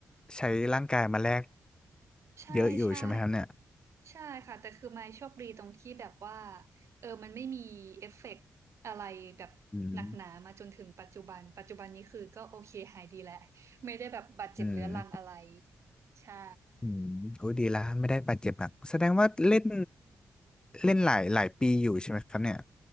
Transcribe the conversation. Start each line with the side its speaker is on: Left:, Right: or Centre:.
Left: ใช้ร่างกายมาแลก
Right: ใช่ใช่
Left: เยอะอยู่ใช่ไหมครับเนี่ย
Right: ใช่ค่ะแต่คือไม่โชคบีตรงที่แบบว่าเออมันไม่มีเอฟเฟกต์อะไรแบบหนักหนามาจนถึงปัจจุบันปัจจุบันนี้คือก็โอเคหายดีแล้วไม่ได้แบบบาดเจ็บเรื้อรังอะไร
Left: อืมอืม
Right: ใช่
Left: อืมโอ้ยดีละไม่ได้บาดเจ็บหนักแสดงว่าเล่นเล่นหลายหลายปีอยู่ใช่ไหมครับเนี่ย